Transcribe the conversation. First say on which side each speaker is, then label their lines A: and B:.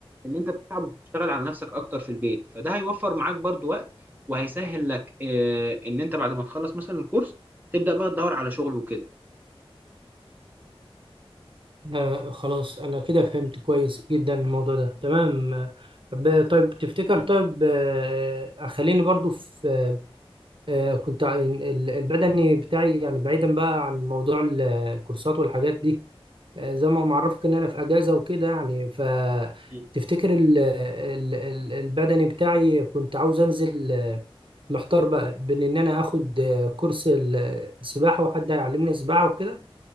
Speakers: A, on the right; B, on the right.
A: ان انت بتتعب وبتشتغل على نفسك اكتر في البيت فده هيوفر معاك برضو وقت وهيسهل لك اه ان انت بعد ما تخلص مثلا الكورس تبدأ بقى تدور على شغل وكده
B: آه خلاص أنا كده فهمت كويس جدا الموضوع ده تمام آه، ب- طيب تفتكر طيب آه آه، خليني برضو في آه آه، كنت ع- ال- البدني بتاعي يعني بعيدا بقى عن موضوع ال- الكورسات والحاجات دي آه زي ما معرفك إن أنا في أجازة وكده يعني فتفتكر
A: مم.
B: ال- ال- ال- البدني بتاعي كنت عاوز أنزل آه، محتار بقى بين إن أنا آخد آه، كورس السباحة وحد هيعلمني سباحة وكده